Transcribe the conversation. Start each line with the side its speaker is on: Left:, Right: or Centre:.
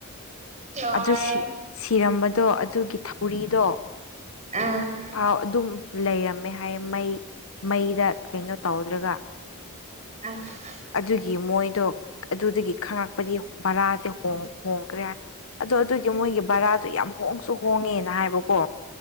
Right: ꯂꯣꯏ
Left: ꯑꯗꯨ ꯁꯤ ꯁꯤꯔꯝꯕꯗꯣ ꯑꯗꯨꯒꯤ ꯊꯧꯔꯤꯗꯣ
Right: ꯑꯝ
Left: ꯑꯧ ꯑꯗꯨꯝ ꯂꯩꯔꯝꯃꯦ ꯍꯥꯏꯌꯦ ꯃꯩ ꯃꯩꯗ ꯀꯩꯅꯣ ꯇꯧꯗ꯭ꯔꯒ
Right: ꯑꯁ
Left: ꯑꯗꯨꯒꯤ ꯃꯣꯏꯗꯣ ꯑꯗꯨꯗꯒꯤ ꯈꯪꯂꯛꯄꯗꯤ ꯚꯔꯥꯁꯦ ꯍꯣꯡ ꯍꯣꯡꯒ꯭ꯔꯦ ꯍꯥꯏ ꯑꯗꯣ ꯑꯗꯨꯒꯤ ꯃꯣꯏꯒꯤ ꯕꯔꯥꯗꯣ ꯌꯥꯝ ꯍꯣꯡꯁꯨ ꯍꯣꯡꯉꯦꯅ ꯍꯥꯏꯕꯀꯣ